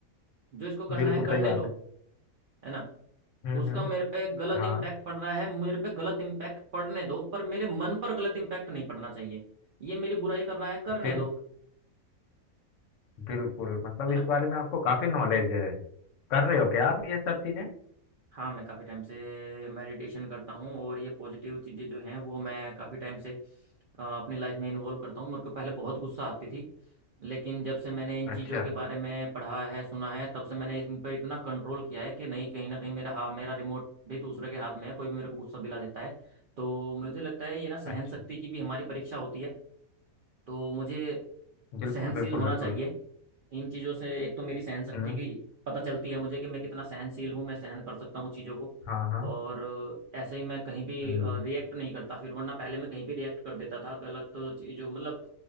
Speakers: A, on the right; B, on the left.
A: जो इसको करना
B: बिल्कुल
A: है करने
B: सही बात
A: दो
B: है
A: है ना
B: हम्म
A: उसका
B: हम्म
A: मेरे पे गलत
B: हाँ
A: इम्पैक्ट पड़ रहा है मेरे पे गलत इम्पैक्ट पड़ने दो पर मेरे मन पर गलत इम्पैक्ट नहीं पड़ना चाहिए ये मेरी बुराई कर रहा है करने
B: बिल्कुल
A: दो
B: बिल्कुल मतलब
A: है ना
B: इस बारे में आपको काफी नॉलेज है कर रहे हो क्या आप ये सब चीजें
A: हाँ मैं काफ़ी टाइम से मेडिटेशन करता हूँ और ये पॉजिटिव चीज़ें जो हैं वो मैं काफ़ी टाइम से अ, अपनी लाइफ में इन्वॉल्व करता हूँ मेरे को पहले बहुत गुस्सा आती थी लेकिन जब से मैंने इन चीज़ों
B: अच्छा
A: के बारे में पढ़ा है सुना है तब से मैंने इन पर इतना कंट्रोल किया है कि नहीं कहीं ना कहीं मेरा हाँ मेरा रिमोट भी दूसरे के हाथ में है कोई भी मेरे को गुस्सा दिला देता है तो मुझे लगता है ये ना सहन
B: अच्छा
A: शक्ति की भी हमारी परीक्षा होती है तो मुझे
B: बिल्कुल
A: सहनशील
B: बिल्कुल
A: होना
B: बिल्कुल
A: चाहिए इन चीज़ों से एक तो मेरी सहन शक्ति
B: हम्म
A: की पता चलती है मुझे कि मैं कितना सहनशील हूँ मैं सहन कर सकता हूँ चीज़ों को
B: हाँ हाँ
A: और ऐसे ही मैं कहीं भी
B: हम्म
A: रिएक्ट नहीं करता फिर वरना पहले मैं कहीं भी रिएक्ट कर देता था गलत चीज़ों मतलब